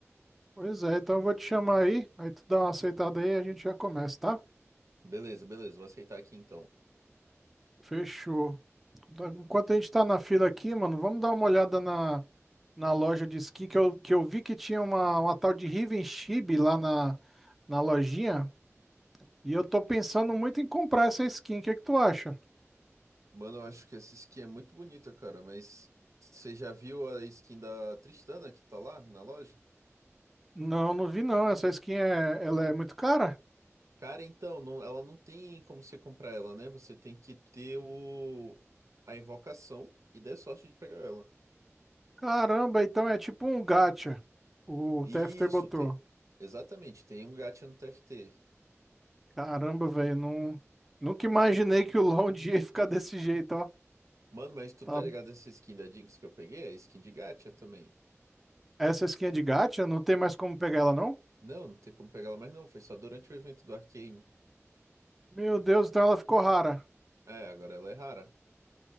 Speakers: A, in the centre; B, on the right.
A: Pois é, então eu vou te chamar aí, aí tu dá uma aceitada aí e a gente já começa, tá?
B: Beleza, beleza, vou aceitar aqui então.
A: Fechou. Tá- Enquanto a gente tá na fila aqui, mano, vamos dar uma olhada na, na loja de skin que eu, que eu vi que tinha uma, uma tal de Riven Chibi lá na, na lojinha. E eu tô pensando muito em comprar essa skin. O que é que tu acha?
B: Mano, eu acho que essa skin é muito bonita, cara, mas você já viu a skin da Tristana que tá lá na loja?
A: Não, não vi não. Essa skin é, ela é muito cara?
B: Cara, então, não- ela não tem como você comprar ela, né? Você tem que ter o... a invocação e der sorte de pegar ela.
A: Caramba, então é tipo um gacha. O
B: Isso,
A: TFT botou.
B: tem. Exatamente, tem um gacha no TFT.
A: Caramba, velho, não... nunca imaginei que o LoL um dia ia ficar desse jeito, ó.
B: Mano, mas tu
A: Tá...
B: tá ligado essa skin da Jinx que eu peguei? É skin de gacha também.
A: Essa skin é de gacha? Não tem mais como pegar ela, não?
B: Não, não tem como pegar ela mais não. Foi só durante o evento do Arcane.
A: Meu Deus, então ela ficou rara.
B: É, agora ela é rara.